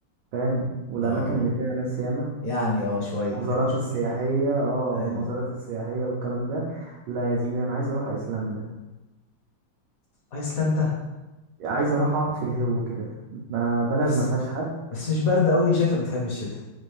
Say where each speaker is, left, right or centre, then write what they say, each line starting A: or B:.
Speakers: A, on the right; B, on the left.
A: فاهم والاماكن
B: اه
A: اللي فيها ناس ياما
B: يعني اه شويه
A: المزارات
B: بحب اشوف
A: السياحية
B: ناس جديده
A: اه
B: ايوه
A: والمزارات السياحية والكلام ده لا يا زميلي انا عايز اروح ايسلندا
B: ايسلندا
A: عايز اروح اقعد في الهو كده ما بلد
B: بس
A: ما فيهاش حد
B: بس مش برد قوي شكلك بتحب الشتاء